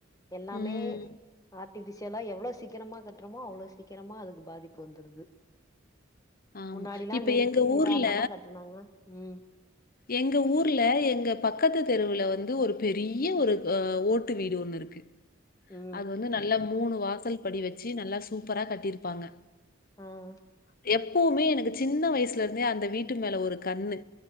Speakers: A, on the left; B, on the left.
A: எல்லாமே
B: ம்
A: ஆர்டிஃபிசியல் எல்லா எவ்ளவு சீக்கிரமா கட்டுறமோ அவ்வளோ சீக்கிரமா அதுக்கு பாதிப்பு வந்துருது
B: ஆமா
A: முன்னாடியெல்லா
B: இப்ப
A: நிறுத்தி
B: எங்க
A: நிதானமா
B: ஊர்ல
A: கட்டுனாங்க உம்
B: எங்க ஊர்ல எங்க பக்கத்து தெருவுல வந்து ஒரு பெரிய ஒரு அஹ ஓட்டு வீடு ஒண்ணு இருக்கு
A: ம்
B: அது வந்து நல்ல மூணு வாசல் படி வேச்சு நல்லா சூப்பரா கட்டிருப்பாங்க
A: ஹம்
B: எப்பவுமே எனக்கு சின்ன வயசுல இருந்தே அந்த வீட்டு மேல ஒரு கண்ணு